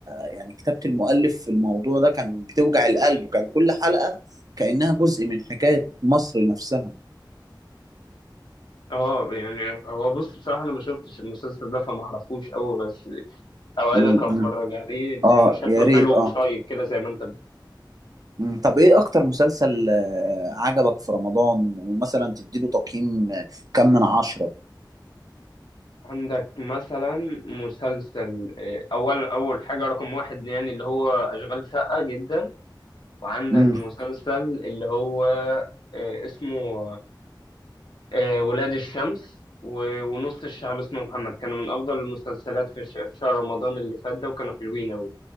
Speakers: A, on the right; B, on the left.
A: يعني كتابة المؤلف في الموضوع ده كان بتوجع القلب وكان كل حلقة كأنها جزء من حكاية مصر نفسها
B: اه يعني هو بص بصراحة أنا ما شفتش المسلسل ده فما أعرفوش أوي بس أوعدك
A: م-
B: أتفرج
A: م.
B: عليه لأنه
A: اه
B: شكله
A: يا ريت
B: حلو
A: اه
B: وشايب كده زي ما أنت بتقول
A: م، طب ايه اكتر مسلسل آه، عجبك في رمضان ومثلا تديله تقييم آه، كم من عشرة
B: عندك مثلا مسلسل آه، أول أول حاجة رقم واحد يعني اللي هو أشغال شقة جدا وعندك
A: م.
B: مسلسل اللي هو آه، اسمه آه، ولاد الشمس و- ونص الشعب اسمه محمد كانوا من أفضل المسلسلات في ش- في شهر رمضان اللي فات ده وكانوا حلوين أوي